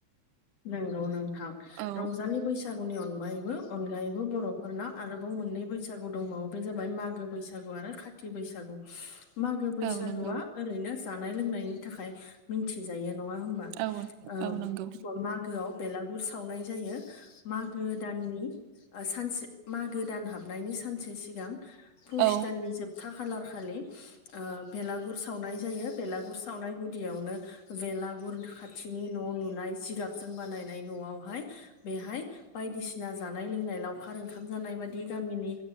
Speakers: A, on the left; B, on the right.
A: नंगौ नोंथां
B: औ
A: रंजालि बैसागुनि अनगायै यैबो अनगायैबो बर'फोरनाव आरोबाव मोननै बैसागु दंबावो बे जाबाय मागो बैसागु आरो खाथि थि बैसागु मागो बैसागुआ
B: औ नंगौ
A: ओरैनो जानाय लोंनायनि थाखाय मिथिजायो नङा मा होनबा
B: औ
A: आ
B: औ नंगौ
A: मागोआव बेलागुर सावनाय जायो मागो दाननि सानसे मागो दान हाबनायनि सानसे सिगां पुस
B: औ
A: दाननि जोबथा खालार खालि ओ बेलाग बेगुर सावनाय जायो बेलागुर सावनाय गुदियावनो बेलागुर खाथिनि न' लुनाय जिगाबजों बानायनाय न'आवहाय बेहाय बायदिसिना जानाय लोंनाय लावखार ओंख आम जानाय बायदि गामिनि